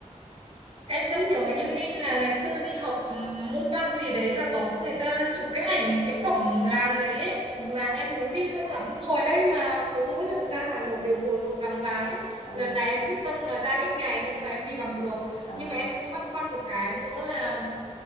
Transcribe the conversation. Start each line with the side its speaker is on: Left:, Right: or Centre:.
Right: em vẫn nhớ như in là ngày xưa đi học ừm, môn văn gì đấy là có người ta chụp cái ảnh cái cổng làng đấy ấy.
Left: ừ
Right: là em muốn đi lâu lắm rồi đấy mà cứ mỗi lần ra Hà Nội đều vội vội vàng vàng ấy
Left: ờ
Right: lần này em quyết tâm là ra ít ngày nhưng mà em đi bằng được
Left: ờ
Right: nhưng mà em cũng băn khoăn một cái nữa là